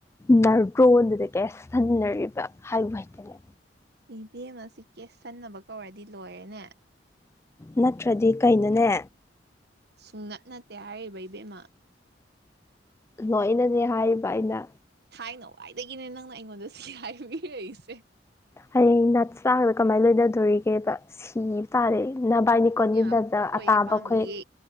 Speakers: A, on the left; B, on the right.
A: ꯅꯔꯗ꯭ꯔꯣꯟꯗꯨꯗ ꯀꯌꯥ ꯁꯟꯅꯔꯤꯕ ꯍꯥꯏꯕꯨ ꯍꯩꯇꯅꯦ
B: ꯏ ꯚꯤ ꯑꯦꯝ ꯑꯁꯤ ꯀꯦꯁ ꯁꯟꯅꯕ ꯀꯧꯔꯗꯤ ꯂꯣꯏꯔꯦꯅꯦ
A: ꯅꯠꯇ꯭ꯔꯗꯤ ꯀꯩꯅꯣꯅꯦ
B: ꯁꯨꯡꯅꯠ ꯅꯠꯇꯦ ꯍꯥꯏꯔꯤꯕ ꯏꯕꯦꯝꯃꯥ
A: ꯅꯣꯏ ꯑꯩꯅꯅꯦ ꯍꯥꯏꯔꯤꯕ ꯑꯩꯅ
B: ꯊꯥꯏꯅ ꯋꯥꯏꯗꯒꯤꯅꯦ ꯅꯪꯅ ꯑꯩꯉꯣꯟꯗ ꯁꯤ ꯍꯥꯏꯕꯤꯔꯛꯏꯁꯦ
A: ꯍꯌꯦꯡ ꯅꯠ ꯆꯥꯕꯗ ꯀꯃꯥꯏꯅ ꯂꯣꯏꯅꯗꯣꯔꯤꯒꯦꯕ ꯁꯤꯕ ꯇꯥꯔ ꯅꯕꯥꯏꯅꯤ ꯀꯣꯟꯕꯤꯗꯗ
B: ꯏꯕꯦꯝꯃ ꯄꯣꯛꯑꯣꯏꯌꯦ
A: ꯑꯇꯥꯕ
B: ꯄꯥꯝꯗꯤꯌꯦ
A: ꯑꯩꯈꯣꯏ